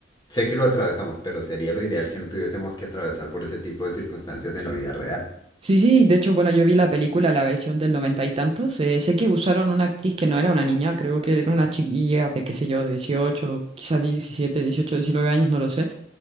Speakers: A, on the left; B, on the right.
A: sé que lo atravesamos, pero sería lo ideal que no tuviésemos que atravesar por ese tipo de circunstancias en la vida real.
B: Sí, sí, de hecho, bueno, yo vi la película, la versión del noventa y tantos. eh, sé que usaron una actriz que no era una niña, creo que era una chiquilla de, qué sé yo, de 18 quizás 17 18 19 años, no lo sé.